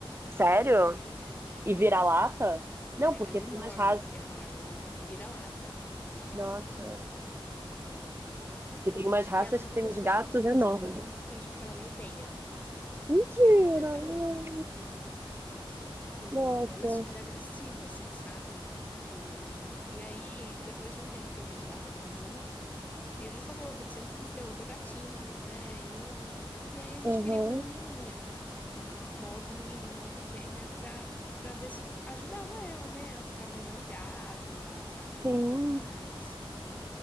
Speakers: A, on the right (about 25°); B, on the left (about 15°).
A: Sério?
B: E
A: E vira-lata?
B: <laughs>
A: Não,
B: é,
A: porque
B: ela é
A: tem
B: enorme,
A: umas raças.
B: enorme, enorme. E vira-lata, vira-lata
A: Nossa.
B: enorme. E...
A: Porque tem umas raças
B: e ela nunca
A: que tem
B: gostou
A: uns gatos
B: de mim.
A: enormes.
B: Eu sempre fiquei muito triste, porque ela me odeia.
A: Mentira!
B: E ela me odeia até
A: não.
B: hoje, inclusive. E
A: Nossa.
B: ela é super agressiva, assim, sabe? E, e aí, depois de um tempo que a gente tava aqui junto, ele falou que ele sempre quis ter outro gatinho, né? E, nananã. E aí a gente
A: Aham.
B: queria uma menininha, uma, uma outra menininha, outra fêmea, pra, pra ver se ajudava ela, né? A ficar mais amigável, a, a acalmar
A: Sim.
B: um pouco mais.